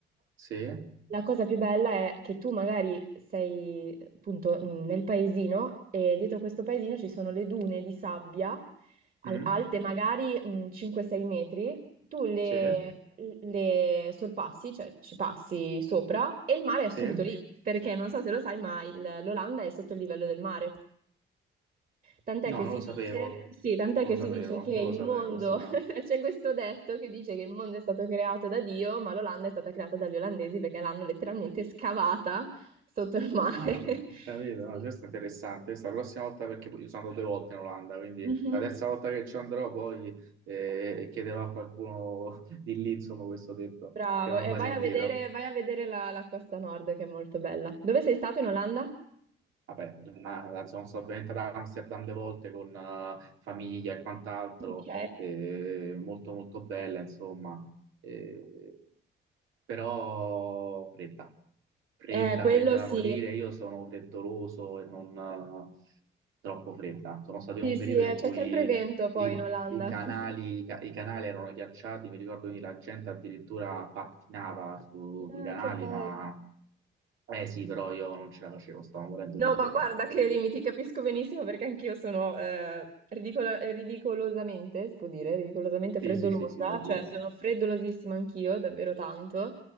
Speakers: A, on the right (about 85°); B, on the right (about 45°).
A: sì.
B: La cosa più bella è che tu magari sei appunto mh, nel paesino e dietro questo paesino ci sono le dune di sabbia al-
A: Mm.
B: alte magari mh, 5-6 metri, tu Sì. le,
A: Sì?
B: le sorpassi, cioè ci passi sopra e il mare è subito
A: Sì?
B: lì, perché non so se lo sai, ma il- l'Olanda è sotto il livello del mare. Tant'è
A: No,
B: che si
A: non lo
B: dice,
A: sapevo.
B: sì, tant'è
A: Non
B: che
A: lo sapevo,
B: si dice che
A: non
B: il
A: lo sapevo.
B: mondo,
A: Questa...
B: <laughs> c'è questo detto che dice che il mondo è stato creato da Dio, ma l'Olanda è stata creata dagli olandesi perché l'hanno letteralmente scavata sotto il mare.
A: Ah, ho
B: <laughs>
A: capito, no,
B: Sì.
A: questo è interessante. Questa la prossima volta, perché io sono andato due volte in Olanda, quindi
B: Mhm.
A: la terza volta che ci andrò poi eh, chiederò a qualcuno di lì, insomma, questo detto,
B: Bravo,
A: che non ho mai
B: e vai
A: sentito.
B: a vedere, vai a vedere la, la costa nord che è molto bella. Dove sei stato in Olanda?
A: Vabbè, ma, insomma, sono venuto ad Amsterdam due volte con eh, famiglia e quant'altro,
B: Ok.
A: eh, molto molto bella, insomma. Eh, però fredda, fredda,
B: Eh, quello
A: fredda da
B: sì.
A: morire. Io sono freddoloso e non eh, troppo fredda. Sono stato
B: Sì,
A: in un
B: sì,
A: periodo
B: eh,
A: in
B: c'è
A: cui
B: sempre vento poi
A: i,
B: in Olanda.
A: i canali,
B: <laughs>
A: i ca- i canali erano ghiacciati, mi ricordo che la gente addirittura pattinava su-
B: Ah,
A: sui canali,
B: che bello.
A: ma eh sì, però io non ce la facevo, stavo morendo
B: No,
A: di freddo,
B: ma guarda,
A: mi ricordo.
B: credimi, ti capisco benissimo perché anch'io sono eh, ridicola- ridicolosamente, si può dire, ridicolosamente
A: Sì,
B: freddolosa,
A: sì, sì, si può dire.
B: cioè sono freddolosissima anch'io, davvero tanto.